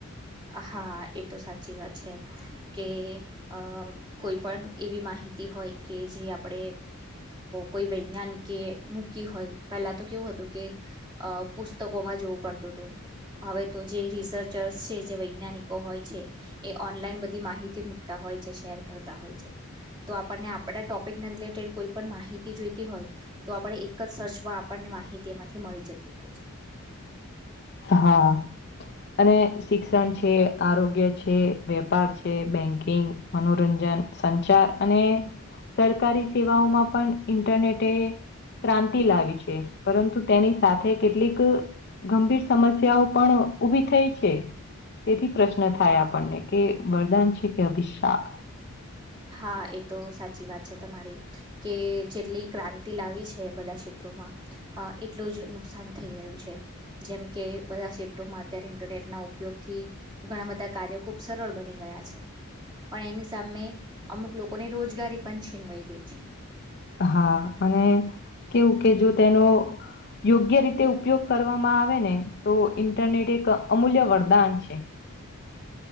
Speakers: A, on the right; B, on the left.
A: હા એ તો સાચી વાત છે કે અ કોઈ પણ એવી માહિ તી હોય કે જે આપણે કોઈ વૈજ્ઞાનિક મૂકી હોય પેલા તો કેવું હતું કે અ પુસ્તકોમાં જોવું પડતું હત હવે તો જે રિસર્ચર્સ છે જે વૈજ્ઞાનિકો હોય છે એ ઓનલાઈન બધી માહિતી મુકતા હોય છે શેર કરતા હોય છે. તો આપણને આપડા ટોપિક ના રિલેટેડ કોઈ પણ માહિતી જોઈતી હોય તો આપણે એક જ સર્ચમાં આપણની માહિત હિતીમાંથી મળી જતી હોય છે.
B: હા. અને શિક્ષણ છે, આરોગ્ય છે, વેપાર છે બેંકિંગ મનોરંજન સંચાર અને સરકારી સેવાઓમાં પણ ઇન્ટરનેટે ક્રાંતિ લાવી છે પરંતુ તેની સાથે કેટલીક ગંભીર સમસ્યાઓ પણ ઉભી થઈ છે. તેથી પ્રશ્ન થાય આપણને કે વરદાન છે કે અભિશાપ.
A: હા એ તો સાચી વાત છે તમારી કે જેટલી ક્રાંતિ લાવી છે બધા ક્ષેત્રોમાં અ એટલું જ નુકસાન થઈ રહ્યું છે જેમ કે બધા ક્ષેત્રોમાં અત્યારે ઇન્ટરનેટના ઉપ યોગથી ઘણા બધા કાર્યો ખુબ સરળ બની ગયા છે પણ એની સામે અમુક લોકોને રોજગારી પણ છીનવાઈ ગઈ છે
B: હા અને કેવું કે જો તેનો યોગ્ય રીતે ઉપયોગ કરવામાં આવે ને તો ઇન્ટરનેટ એક અમૂલ્ય વરદાન છે